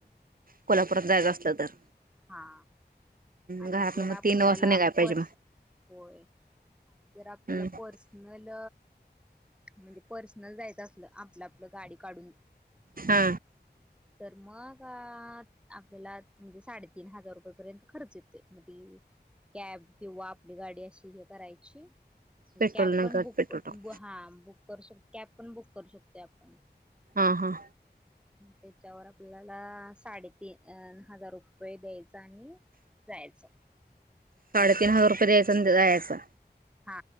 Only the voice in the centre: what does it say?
हा आणि
जर
आपल्याला
पर्स होय आणि जर आपल्याला
पर्सनल म्हणजे पर्सनल जायचं असलं आपलं गाडी काढून
तर म आपल्याला म्हणजे साडेतीीन हजार रुपये पर्यंत खर्च म कॅब किंवा आपली गाडी अशी हे करायची
कॅब
पण
बुक
हा बुक ू शकतो कॅब पण बुक करू शकतो आपण
त्याच्यावर आपल्याला साडेतीन हजार रुपये द्यायचा आणि जायचं
हा